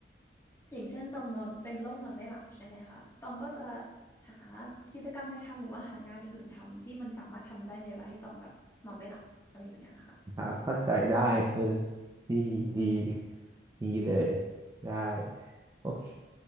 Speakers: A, on the left; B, on the right.
A: อย่างเช่นตองนอนเป็นโรคนอนไม่หลับใช่ไหมคะตองก็จะหากิจกรรมอะไรทำหรือว่าหางานอย่างอื่นทำที่มันสามารถทำได้ในเวลาที่ตองแบบนอนไม่หลับอะไรอย่างเงี้ยค่ะ
B: ครับเข้าใจได้เออดีดีดีเลยได้โอเค